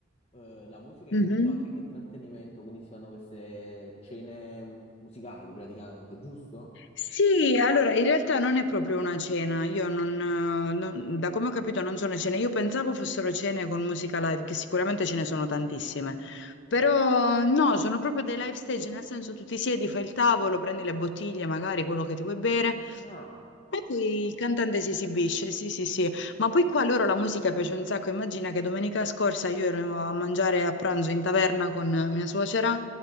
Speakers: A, on the left (about 35°); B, on the left (about 65°).
A: eh, la musica è
B: Mhm.
A: molto anche di intrattenimento, quindi si fanno queste cene musicali praticamente, giusto?
B: Sì, allora in realtà non è proprio una cena, io non, eh, non- da come ho capito non sono cene, io pensavo fossero cene con musica live, che sicuramente ce ne sono tantissime, però no, sono proprio dei live stage, nel senso tu ti siedi, fai il tavolo, prendi le bottiglie, magari quello che ti vuoi bere,
A: Ah,
B: e poi il cantante si esibisce, sì sì sì, ma poi qua loro la musica piace un sacco, immagina che domenica scorsa io ero a mangiare a pranzo in taverna con mia suocera.